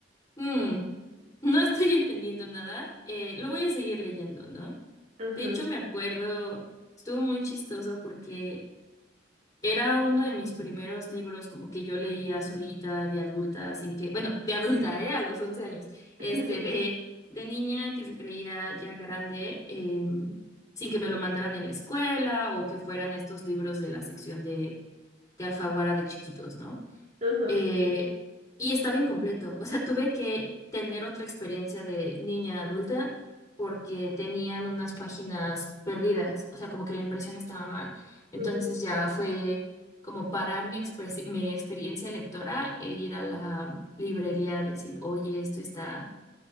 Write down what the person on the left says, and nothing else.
"Mm, no estoy entendiendo nada, eh, lo voy a seguir leyendo, ¿no?
De hecho, me acuerdo, estuvo muy chistoso porque Era uno de mis primeros libros como que yo leía solita de adulta, sin que, bueno, de adulta, ¿eh? A los 11 años. Este,
de, de niña que se creía ya grande, eh, sin que me lo mandaran en la escuela o que fueran estos libros de la sección de, de Alfaguara de chiquitos, ¿no?
eh, y estaba incompleto. O sea, tuve que tener otra experiencia de niña adulta porque tenían unas páginas perdidas. O sea, como que la impresión estaba mal. Entonces
ya fue como parar mi, expresi- mi experiencia lectora e ir a la librería a decir, oye, esto está,